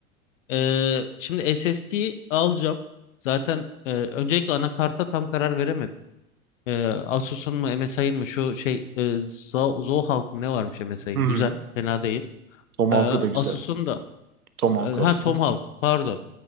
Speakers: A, on the left; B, on the right.
A: Ee, şimdi SSD alacağım. Zaten e, öncelikle anakarta tam karar veremedim. Ee, Asus'un mu MSI'ın mı şu şey e, Zo- Zohawk mı ne varmış MSI'ın?
B: Hı hı.
A: Güzel, fena değil.
B: Tomahawk'ı
A: Ee,
B: da güzel.
A: Asus'un da
B: Tomahawk
A: e, ha
B: olsun.
A: Tomahawk pardon.